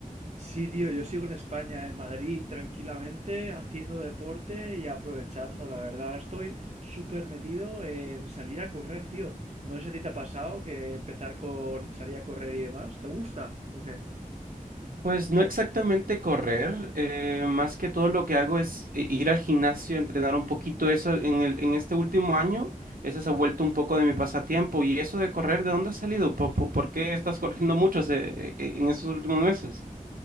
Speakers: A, on the right (about 50°); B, on the right (about 75°).
A: Sí, tío, yo sigo en España, en Madrid, tranquilamente, haciendo deporte y aprovechando. La verdad, ahora estoy súper metido en salir a correr, tío. No sé si a ti te ha pasado que empezar con salir a correr y demás. ¿Te gusta o qué?
B: Pues no exactamente correr, eh, más que todo lo que hago es eh, ir al gimnasio, entrenar un poquito eso. En el, en este último año, eso se ha vuelto un poco de mi pasatiempo. ¿Y eso de correr, de dónde ha salido? ¿Po- po- ¿Por, qué estás corriendo mucho se- eh, eh, en estos últimos meses?